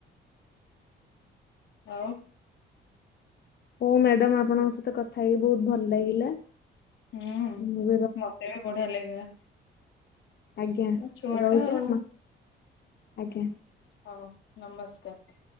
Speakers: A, on the left (about 70°); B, on the left (about 55°).
A: ଆଉ?
B: ହଉ ମ୍ୟାଡାମ୍ ଆପଣଙ୍କ ସହିତ କଥା ହେଇକି ବହୁତ ଭଲ ଲାଗିଲା।
A: ହୁଁଉଁ
B: ମୁଁ ବି ର
A: ମତେ ବି ବଢିଆ ଲାଗିଲା।
B: ଆଜ୍ଞା
A: ତମେ ଛୁଆଟା
B: ରହୁଛି
A: ଆଉ,
B: ନମସ୍ ଆଜ୍ଞା।
A: ହଉ ନମସ୍କାର।